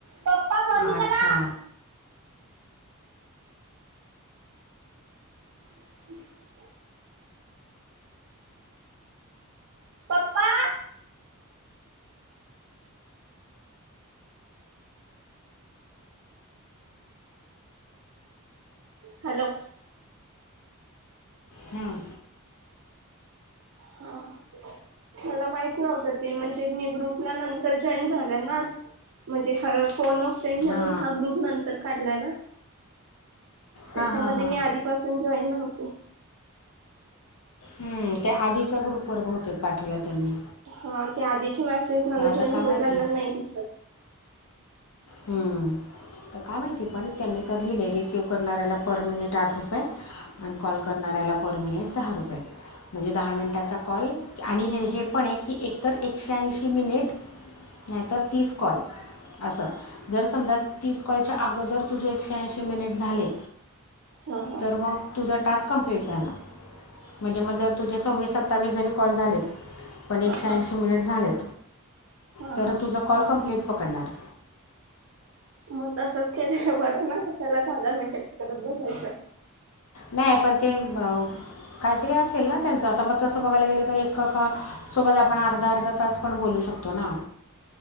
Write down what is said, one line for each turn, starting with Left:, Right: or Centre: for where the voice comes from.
Right: पप्पा बंद
Left: अच्छा.
Right: करा <unintelligible> पप्पा. हॅलो.
Left: हं.
Right: हं. मला माहित नव्हत ते. म्हणजे, मी ग्रुपला नंतर जॉईन झाले ना? म्हणजे ह. फोन अ फ्रेंड म्हणून
Left: हां
Right: हा ग्रुप नंतर काढला ना? त्याच्यामध्ये
Left: हां हां हां
Right: मी आधीपासून जॉईन नव्हतो.
Left: हम्म. त्या आधीच्या ग्रुप वर बहुतेक पाठवल्या त्यांनी.
Right: हा. त्या आधीची मेसेजमधे
Left: पण आता
Right: जॉईन
Left: काय
Right: झाले
Left: माहिती
Right: त्यांना नाही दिसत.
Left: हम्म. तर काय माहिती पण त्यांनी तर लिहिलंय रिसीव्ह करणाऱ्याला पर मिनिट आठ रुपये आणि कॉल करणार. त्याला पर मिलेट दहा रुपये म्हणजे दहा मिनिटाचा कॉल आणि हे हे पण आहे की एकतर एकशेऐंशी मिनिट नाहीतर तीस कॉल असं जर समजा तीस कॉलच्या अगोदर तुझे एकशे ऐंशी मिनिट झाले.
Right: हा हा
Left: तर मग तुझा टास्क कंप्लीट झाला म्हणजे मग जर तुझे सव्वीस सत्तावीस जरी कॉल झालेत. पण एकशे
Right: हा हा.
Left: ऐंशी मिनिट झालेत.
Right: हा
Left: तर
Right: हा
Left: तुझा कॉल कम्प्लीट पकडणार.
Right: मग तसंच केलेल बरं ना कशाला दहा दहा मिनटाची करत बसायचं.
Left: नाही पण ते अ काहीतरी असेल ना त्यांच आता मग तसं बघायला गेलं तर एका सोबत आपण अर्धा अर्धा तास पण बोलू शकतो. शकतो ना.